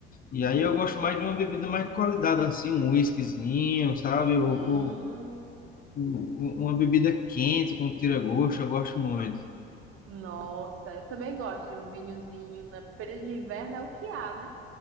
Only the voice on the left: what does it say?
e aí eu gosto mais de uma bebida mais de qualidade, assim, um whiskyzinho, sabe? Ou,
Um- Uma bebida quente com tira-gosto, eu gosto muito.